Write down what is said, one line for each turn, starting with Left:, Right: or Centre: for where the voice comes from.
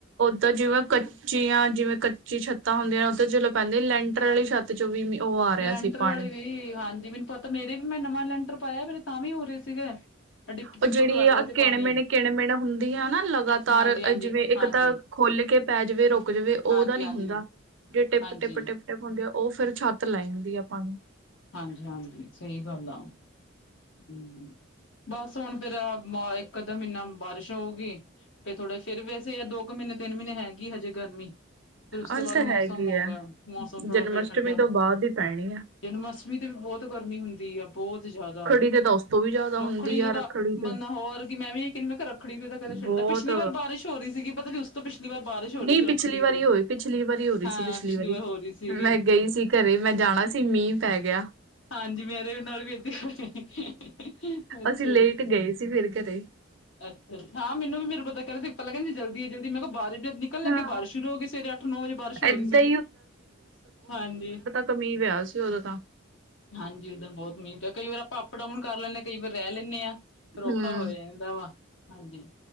Right: ਤਾਂ ਜਿਵੇਂ ਕੱਚੀਆਂ ਜਿਵੇਂ ਕੱਚੀ ਛੱਤਾਂ ਹੁੰਦੀਆਂ ਨੇ ਉੱਥ ਚਲੋਂ ਪੈਂਦੀ ਲੈਂਟਰ ਆਲੀ ਛੱਤ ਚੋਂ ਵੀ ਮੀ- ਉਹ ਆ ਰਿਹਾ
Left: ਲੈਂਟਰ
Right: ਸੀ ਪਾਣੀ
Left: ਵਾਲੇ ਵੀ ਹਾਂਜੀ, ਮੈਨੂੰ ਪਤਾ ਮੇਰੇ ਵੀ ਮੈਂ ਨਵਾਂ ਲੈਂਟਰ ਪਾਏਆ ਮੇਰੇ ਤਾਂ ਵੀ ਹੋ ਰੇ ਸੀਗੇ। ਡਿਪ
Right: ਓਹ
Left: ਟਿਪ
Right: ਜੇਹੜੀ
Left: ਕਰ ਰਿਹਾ
Right: ਆ
Left: ਸੀ
Right: ਕਿਣ-ਮਿਣੇ
Left: ਪਾਣੀ
Right: ਕਿਣ-ਮਿਣ ਹੁੰਦੀ ਆ ਨਾ ਲਗਾਤਾਰ
Left: ਹਾਂਜੀ ਹਾਂਜੀ
Right: ਜਿਵੇਂ ਇੱਕ
Left: ਹਾਂਜੀ
Right: ਤਾਂ ਖੁੱਲ ਕੇ ਪੈ ਜਵੇ ਰੁਕ ਜਵੇ
Left: ਹਾਂਜੀ
Right: ਓਦਾ ਨੀ
Left: ਹਾਂਜੀ।
Right: ਹੁੰਦਾ, ਜੇ ਟਿੱਪ-ਟਿੱਪ-ਟਿਪ
Left: ਹਾਂਜੀ
Right: ਟਿੱਪ ਹੁੰਦੀ ਐ, ਔ ਫੇਰ ਛੱਤ ਲੈ ਜਾਂਦੀ ਐ ਪਾਣੀ
Left: ਹਾਂਜੀ-ਹਾਂਜੀ ਸਈ ਗੱਲ ਆ। ਹੂਂ ਬਸ ਹੁਣ ਫੇਰ ਮਾ ਇੱਕ ਅੱਧਾ ਮੀਹਨਾ ਬਾਰਿਸ਼ ਹੋਊਗੀ। ਫੇਰ ਥੋੜਾ, ਫੇਰ ਵੈਸੇ ਯਾ ਦੋ ਕੁ ਮੀਹਨੇ ਤੇੱਨ ਮੀਹਨੇ ਹੈਗੀ ਹਜੇ ਗਰਮੀ ਫਿਰ ਉਸ
Right: ਹਲ
Left: ਤੋਂ ਬਾਦ
Right: ਤਾਂ
Left: ਮੌਸਮ
Right: ਹੈਗੀ
Left: ਹੋ
Right: ਆ
Left: ਗਿਆ, ਮੌਸਮ ਥੋੜਾ
Right: ਜਨਮ
Left: ਫੇਰ
Right: ਅਸ਼ਟਮੀ
Left: ਠੰਡਾ
Right: ਤੋਂ ਬਾਅਦ ਹੀ ਪੈਣੀ ਆ
Left: ਜਨਮ ਅਸ਼ਟਮੀ ਤੇ ਵੀ ਬਹੋਤ ਗਰਮੀ ਹੁੰਦੀ ਆ ਬਹੋਤ ਜ਼ਿਆਦਾ
Right: ਕਿਤੇ ਤਾਂ ਉਸ ਤੋਂ ਵੀ ਜ਼ਿਆਦਾ
Left: ਰੱਖੜੀ
Right: ਹੁੰਦੀ ਆ
Left: ਜੇ ਤਾਂ
Right: ਰੱਖੜੀ ਤੇ
Left: ਬੰਦਾ ਹੋਰ ਕੀ ਮੈਂ ਵੀ ਕੈਹੰਦੀ ਮੈਂ ਕੇਆ ਰੱਖੜੀ ਜੇ ਤਾਂ ਕਦੇ ਠੰਡ
Right: ਬਹੁਤ
Left: ਐ, ਪਿਛਲੀ ਵਾਰ ਬਾਰਿਸ਼ ਹੋ ਰੀ ਸੀਗੀ ਪਤਾ ਨੀ ਉਸ ਤੋਂ ਪਿੱਸ਼ ਲੀ ਵਾਰ ਬਾਰਿਸ਼ ਹੋ ਰਹੀ
Right: ਨੀ
Left: ਸੀ ਰੱਖੜੀ
Right: ਪਿਛਲੀ ਵਾਰੀ
Left: ਤੇ
Right: ਹੋਈ, ਪਿਛਲੀ ਵਾਰੀ ਹੋ ਰੀ
Left: ਹਾਂ
Right: ਸੀ, ਪਿਛਲੀ ਵਾਰੀ
Left: ਵਾਰ ਹੋ ਰਹੀ ਸੀਗੀ
Right: ਮੈਂ ਗਈ ਸੀ ਘਰੇ ਮੈਂ ਜਾਣਾ ਸੀ, ਮੀਂਹ ਪੈ ਗੇਆ।
Left: ਹਾਂਜੀ ਮੇਰੇ ਨਾਲ ਵੀ ਏਧੇ ਹੋ, ਅੱਛਾ
Right: ਅਸੀਂ
Left: ਜੀ।
Right: ਲੇਟ ਗਏ ਸੀ ਫਿਰ ਘਰੇ
Left: ਅੱਛਾ ਹਾਂ, ਮੈਨੂੰ ਵੀੇ ਫੇਰ ਪਤਾ ਕਰ ਪਤਾ ਭਲਾ ਕੈਹੰਦੀ ਜਲਦੀ ਏ ਜਲਦੀ ਮੈਂ ਕੇਆ ਬਾਰੀਸ਼ ਵੀਨੀ ਨਿਕੱਲ ਲੱਗੇ
Right: ਹਾਂ
Left: ਬਾਰਿਸ਼ ਸ਼ੁਰੂ ਹੋ ਗਈ ਸਵੇਰੇ ਅੱਠ-ਨੌ ਵਜੇ, ਬਾਰਿਸ਼ ਹੋ
Right: ਏਦਾਂ
Left: ਰੀ ਸੀਗੀ, ਹਾਂਜੀ।
Right: ਕਮੀ ਵਿਆ ਸੀ ਓਦੋਂ ਤਾਂ
Left: ਹਾਂਜੀ, ਉਸ ਦਿਨ ਬਹੋਤ ਮੀਂਹ ਪਇਆ। ਕਈ ਵਾਰ ਆਪਾਂ ਅਪ-ਡਾਊਨ ਕਰ ਲੈਂਣੇ ਆਂ ਕਈ ਵਾਰ ਰੈ ਲੈਣੇ ਆ ਫੇਰ ਔਖਾ
Right: ਹਮ
Left: ਹੋਇਐ। ਵਾ ਹਾਂਜੀ